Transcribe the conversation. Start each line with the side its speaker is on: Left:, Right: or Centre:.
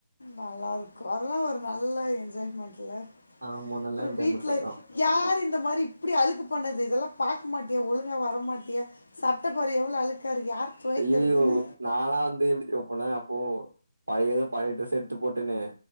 Left: நல்லாருக்கு அதலா ஒரு நல்ல என்ஜாய்மெண்ட்ல
Right: ஆமா நல்லா
Left: அப்றோ
Right: என்ஜாய்மெண்ட்
Left: வீட்ல
Right: அதெல்லா
Left: இ யாரு இந்த மாரி இப்டி அழுக்கு பண்ணது இதெலா பாக்க மாட்டியா ஒழுங்கா வரமாட்டியா ச ட்ட பாரு எவ்ளோ அழுக்காருக்கு யார் துவைக்கரதுனு
Right: ஐயையோ நாலா வந்து எப்டி தெரிமா போனே அப்போ பழையதோ பழைய ட்ரெஸ் எடுத்து போட்டுனு